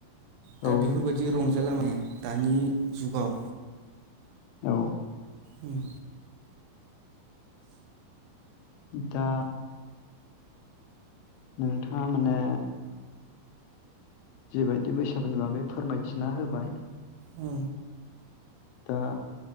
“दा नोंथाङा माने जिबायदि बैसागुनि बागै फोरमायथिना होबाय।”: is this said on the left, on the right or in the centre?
Left